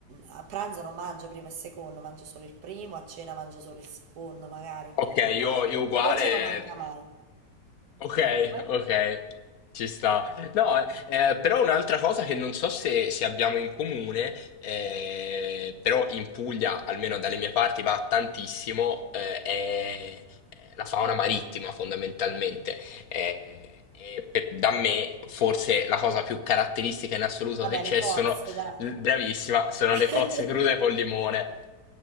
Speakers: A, on the right; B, on the left.
A: a pranzo non mangio primo e secondo, mangio solo il primo, a cena mangio solo il secondo magari.
B: Ok, io,
A: Poi
B: io
A: il
B: uguale.
A: dolce non manca mai.
B: Ok,
A: Come?
B: ok, ci sta. No, eh, però un'altra cosa che non so se, se abbiamo in comune, eh, però in Puglia, almeno dalle mie parti, va tantissimo, eh, è la fauna marittima fondamentalmente. Eh, e per- da me, forse la cosa più caratteristica in assoluto
A: Vabbè,
B: che c'è
A: le cozze,
B: sono,
A: dai.
B: bravissima, sono
A: <laughs>
B: le cozze crude col limone.